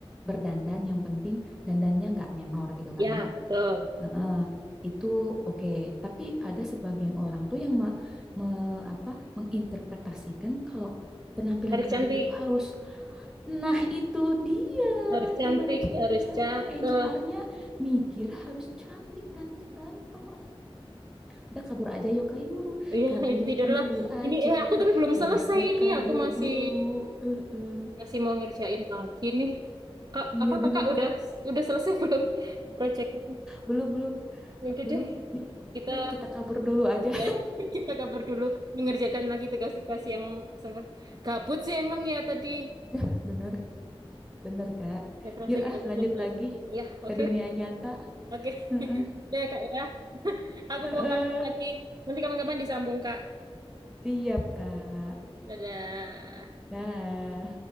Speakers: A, in the centre; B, on the right (about 45°).
A: berdandan yang penting dandannya nggak menor gitu
B: Ya,
A: kan ya.
B: betul.
A: Heeh, itu oke, Tapi ada sebagian orang tuh yang me- me- apa, menginterpretasikan kalau penampilan
B: harus
A: menarik
B: cantik
A: itu harus, nah itu dia,
B: harus cantik
A: gimana ceritanya
B: harus cakep
A: HR-nya mikir harus cantik dan ganteng. Oh, Udah kabur aja yuk kayu,
B: iya
A: kabur
B: itu tidurlah
A: dulu aja,
B: ini eh aku tapi belum
A: hashtag
B: selesai ini
A: kabur
B: aku masih
A: dulu. Eh, eh.
B: masih mau ngerjain lagi nih kak
A: Iya
B: apa kakak
A: benar
B: udah
A: Kak,
B: udah selesai <laughs> belum proyeknya
A: belum belum
B: ya udah
A: belum
B: deh
A: nih,
B: kita
A: yuk kita kabur dulu aja,
B: ya <laughs> kita kabar dulu mengerjakan lagi tugas-tugas yang sempat gabut sih emang ya tadi
A: <laughs> bener. Bener, Kak.
B: refreshing
A: Yuk, ah,
B: tapi
A: lanjut
B: udah
A: lagi
B: ya oke
A: ke dunia nyata.
B: oke <laughs>
A: Heeh.
B: deh kak ya <laughs> aku
A: Heeh.
B: mau lanjut lagi nanti kapan-kapan disambung kak
A: Siap, Kak.
B: dadah
A: Dah.